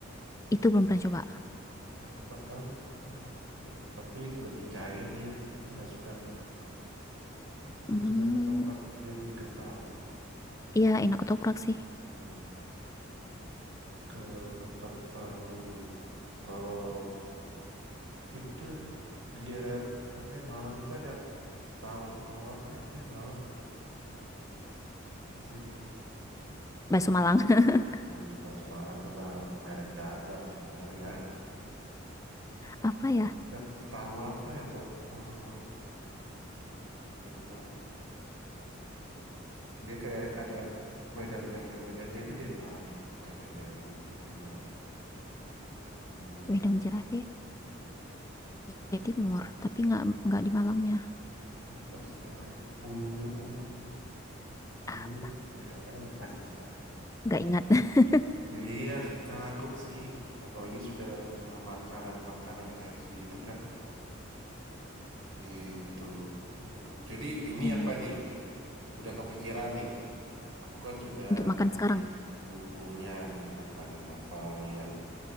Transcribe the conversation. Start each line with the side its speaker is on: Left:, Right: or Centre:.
Left: itu belum pernah coba.
Right: Oh, kupat tahu, nggak pernah. Ya, tapi lebih cair dia. Aku nggak suka gitu. Belum
Left: Hmm,
Right: sedang ketoprak, dia lebih kental.
Left: iya enak ketoprak sih.
Right: Hmm. Ke kupat tahu. Kalau itu di daerah apa ya Malang itu ada tahu tahu apa itu ya Malang masih
Left: Bakso Malang. <laughs>
Right: Oh, itu bakso Malang tuh mah merek dagang sebenarnya.
Left: Apa ya?
Right: Nah, tahu apa ya tahu tahu lupa Dia kayak ada wedang jahe. Wedang jahe itu dari Malang ya, bukan ya dari minuman. Hmm,
Left: Wedang jahe Jawa Timur, tapi nggak nggak di Malangnya.
Right: pas, eh, unyu, eh, eh, unyu,
Left: Apa?
Right: apa ya? Ah, susah.
Left: Nggak ingat. <laughs>
Right: Iya, kagok sih. Apalagi sudah kena makanan-makanan kayak gitu, Kak. Itu. Hmm, Jadi ini
Left: Iya.
Right: apa nih? Udah kepikiran nih. Aku kan sudah
Left: Untuk makan
Right: ngasih
Left: sekarang
Right: clue-cluenya nih makanan apa yang